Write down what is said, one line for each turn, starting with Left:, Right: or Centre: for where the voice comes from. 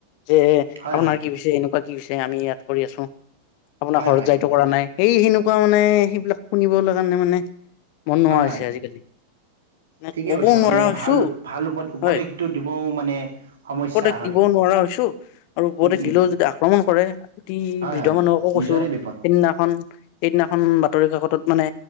Left: যে আপোনাৰ
Right: হয় হয়
Left: কি হৈছে এনেকুৱা, কি হৈছে আমি ইয়াত কৰি আছো আপোনাৰ
Right: হয়
Left: ঘৰত
Right: হয়
Left: যাইতো কৰা নাই। সেই সেনেকুৱা মানে সেইবিলাক শুনিবলৈ কাৰণে মানে মন নোহোৱা
Right: হয়
Left: হৈছে
Right: হয়
Left: আজিকালি। মানে
Right: ঠিকে
Left: ক'বও
Right: কৈছা
Left: নোৱাৰা
Right: মানে
Left: হৈছো
Right: ভাল ভাল উপ - উপদেশটো
Left: হয়
Right: দিবও মানে, সমস্যা
Left: উপদেশ
Right: হয়
Left: দিব নোৱাৰা হৈছো আৰু উপদেশ
Right: উম উম
Left: দিলেও যদি আক্ৰমণ কৰে অতি
Right: হয়
Left: বৃদ্ধ
Right: হয়
Left: মানুহক,
Right: নিজৰে বিপদ।
Left: সেইদিনাখন সেইদিনাখন বাতৰি কাকতত মানে